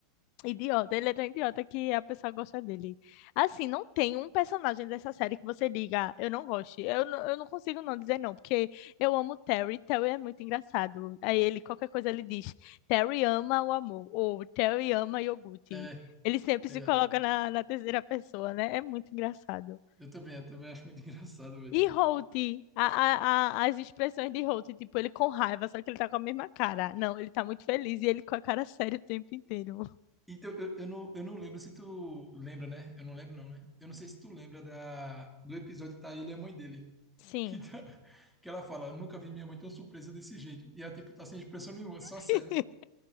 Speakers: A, on the left; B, in the centre.
A: idiota. Ele é tão idiota que a pessoa gosta dele. Assim, não tem um personagem dessa série que você diga, eu não gosto. Eu, não- eu não consigo não dizer não, porque eu amo o Terry. Terry é muito engraçado. Aí ele, qualquer coisa, ele diz, Terry ama o amor, ou Terry ama iogurte.
B: É,
A: Ele sempre
B: verdade.
A: se coloca na, na terceira pessoa, né? É muito engraçado.
B: Eu também, eu também acho muito <laughs> engraçado, velho.
A: E Holt, a- a- a- as expressões de Holt, tipo, ele com raiva, só que ele tá com a mesma cara. Não, ele tá muito feliz e ele com a cara séria o tempo inteiro.
B: Então, eu, eu, não, eu não lembro se tu lembra, né? Eu não lembro, não, né? Eu não sei se tu lembra da, do episódio que tá ele e a mãe dele.
A: Sim.
B: Que, tá, <laughs> que ela fala, nunca vi minha mãe tão surpresa desse jeito. E ela, tipo, tá sem expressão nenhuma,
A: <laughs>
B: só séria.